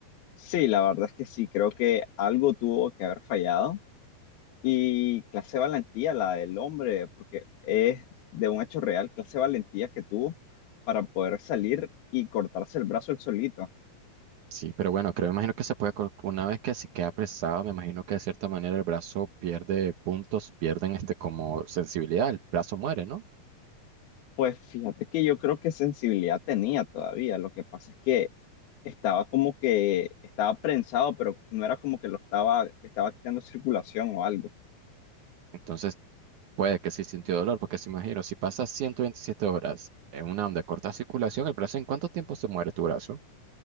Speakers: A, on the left (about 80°); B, on the right (about 65°).
A: Sí, la verdad es que sí, creo que algo tuvo que haber fallado Y clase valentía, la del hombre, porque es de un hecho real, clase valentía que tuvo para poder salir y cortarse el brazo él solito.
B: Sí, pero bueno, creo, me imagino que se puede, col- una vez que se queda apresado, me imagino que de cierta manera el brazo pierde puntos, pierden este como sensibilidad, el brazo muere, ¿no?
A: Pues fíjate que yo creo que sensibilidad tenía todavía. Lo que pasa es que estaba como que estaba prensado, pero no era como que lo estaba, le estaba quitando circulación o algo.
B: Entonces Puede que sí sintió dolor, porque se imagino, si pasas 127 horas en una onda de corta circulación, el brazo, ¿en cuánto tiempo se muere tu brazo?